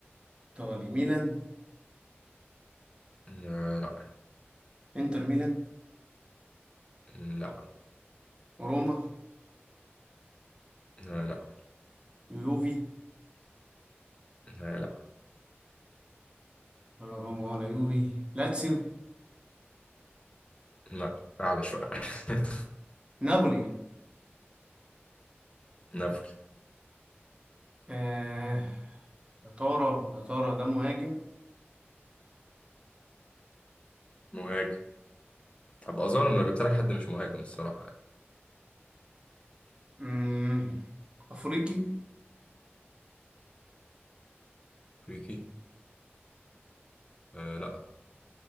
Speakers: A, on the right; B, on the left.
A: ايطالي ميلان
B: آه لا
A: انتر ميلان
B: لا
A: روما
B: آه لا
A: يوفي
B: آه لا
A: ولا روما ولا يوفي لاتسيو
B: آه، لا اعلى شوية <laughs>
A: نابولي
B: نابولي
A: آه يا ترى يا ترى ده مهاجم
B: مهاجم هبقى ظالم لو جبت لك حد مش مهاجم الصراحة يعني.
A: مم. افريقي
B: افريقي آه لا